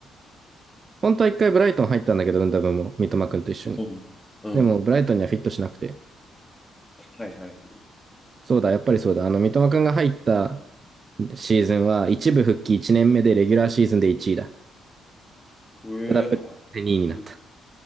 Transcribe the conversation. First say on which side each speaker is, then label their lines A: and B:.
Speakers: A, on the right (about 45°); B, on the left (about 15°).
A: 本当は一回ブライトン入ったんだけど、ウンダブも三笘くんと一緒に。
B: うんうん。
A: でも、ブライトンにはフィットしなくて。
B: はいはい。
A: そうだ、やっぱりそうだ。あの、三笘くんが入ったシーズンは、一部復帰1年目でレギュラーシーズンで1位だ。
B: うえあ、
A: ただ、やっぱり2位になった。
B: うん。